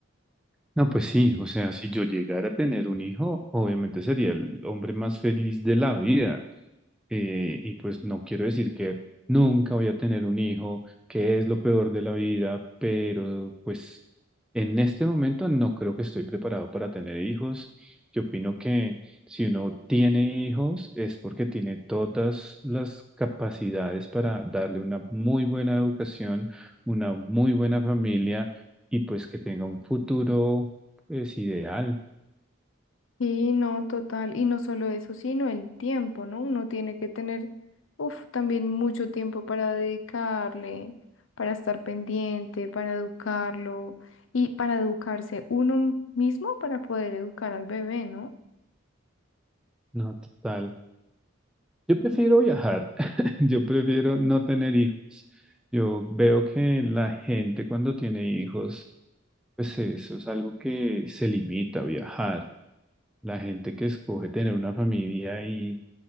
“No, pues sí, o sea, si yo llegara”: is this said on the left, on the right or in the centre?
Centre